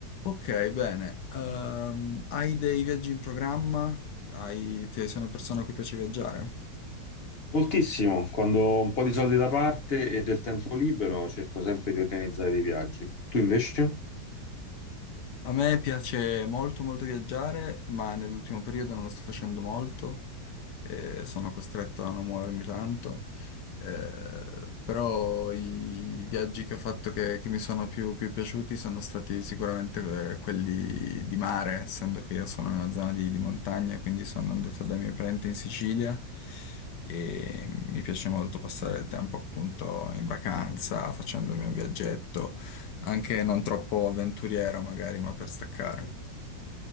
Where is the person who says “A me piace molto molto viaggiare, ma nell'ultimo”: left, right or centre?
Left